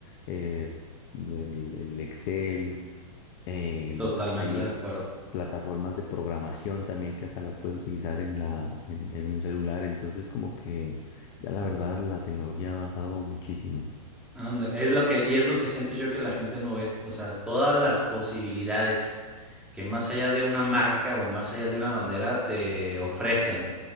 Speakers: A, on the left; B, in the centre.
A: eh, el el Excel. Eh,
B: Totalmente
A: hay
B: de acuerdo.
A: plataformas de programación también que hasta las puedes utilizar en la, en, en un celular. Entonces, como que ya la verdad la tecnología ha avanzado muchísimo.
B: Ándale, es lo que, y es lo que siento yo que la gente no ve. O sea, todas las posibilidades que más allá de una marca o más allá de una bandera te ofrecen